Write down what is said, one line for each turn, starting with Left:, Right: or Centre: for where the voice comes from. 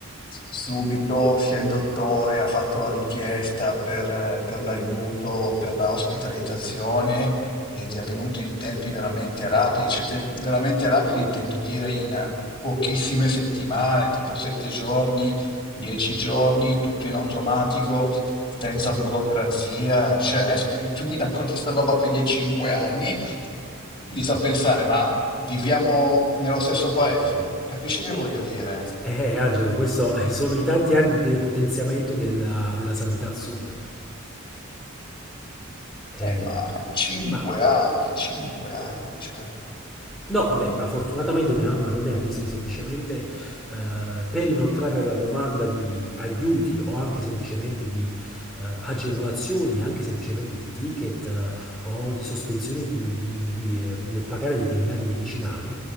Left: Subito sia il dottore ha fatto la richiesta per, per l'aiuto, per la ospitalizzazione ed è avvenuto in tempi veramente rapidi, cioè te- veramente rapidi intendo dire in pochissime settimane, tipo sette giorni Dieci giorni, tutto in automatico, senza burocrazia. Cioè, adesso tu, tu mi racconti sta roba qui dei cinque anni, inizio a pensare, ma viviamo nello stesso paese? Capisci che voglio dire?
Centre: Eh, Angelo, questo eh, sono i tanti anni di depotenziamento della, della sanità al sud. Eh,
Left: Eh, ma cinque
Centre: ma
Left: anni, cinque anni, cioè,
Centre: No, vabbè, ma fortunatamente mia mamma non è a rischio, semplicemente eh, per inoltrare la domanda di aiuti o anche semplicemente di eh, agevolazioni, anche semplicemente di ticket eh, o di sospensioni di- di- di, eh, nel pagare determinati medicinali,